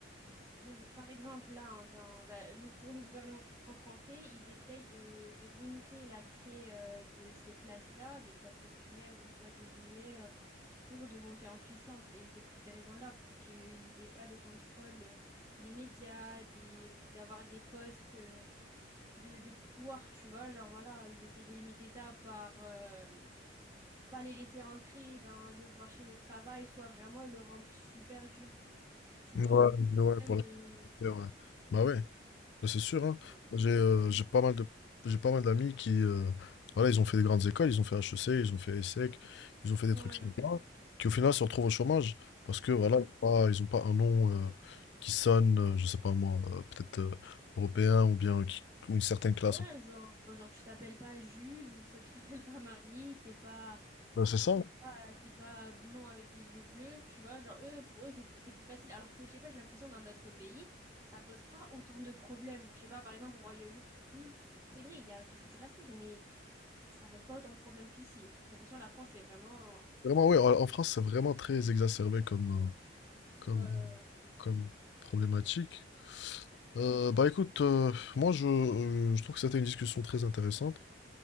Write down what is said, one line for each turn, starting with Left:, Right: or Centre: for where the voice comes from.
Right: Le- par exemple, là, hein, dans- bah, le- pour le gouvernement français, ils essayent de, de limiter l'accès euh, de ces classes-là, des classes populaires ou soit des immigrés, euh, tout court, de monter en puissance. Et c'est pour ces raisons-là, pour qu'ils aient pas le contrôle euh, des médias, des, d'avoir des postes euh, de, de pouvoir, tu vois. Genre, voilà, ils essayent de limiter ça par... euh, pas les laisser entrer dans le marché du travail, soit vraiment le rendre super dur, tu
Left: Ouais,
Right: vois.
Left: ouais,
Right: Même,
Left: pour la
Right: euh,
Left: petite terre, ouais. Bah ouais, ça, c'est sûr, hein.
Right: Ouais,
Left: Moi, J'ai euh, j'ai pas mal de j'ai pas mal d'amis qui euh, voilà, ils ont fait des grandes écoles, ils ont fait HEC, ils ont fait ESSEC, ils ont fait des
Right: ouais,
Left: trucs sympas, qui au final se retrouvent au chômage parce que voilà, ils ont pas, ils ont pas un nom euh, qui sonne, euh, je sais pas moi, euh, peut-être euh, européen ou bien qui- ou une certaine classe.
Right: ouais, genre, euh, genre tu t'appelles pas Jules ou ça tu t'appelles pas Marie, t'es pas,
Left: Ben, c'est
Right: genre,
Left: ça.
Right: je sais
Left: hein.
Right: pas, t'es pas blond avec des yeux bleus, tu vois, genre eux, pour eux c'est c'est plus facile, alors que je sais pas, j'ai l'impression dans d'autres pays, ça pose pas autant de problèmes, je sais pas, par exemple au Royaume-Uni, c'est c'est vrai, il y a toujours du racisme, mais ça pose pas autant de problèmes qu'ici, j'ai l'impression que la France c'est vraiment...
Left: Vraiment, oui, en en France, c'est vraiment très exacerbé comme, euh, comme,
Right: Ouais, ouais,
Left: comme problématique.
Right: ouais.
Left: Euh, bah écoute, euh, moi je, euh, je trouve que c'était une discussion très intéressante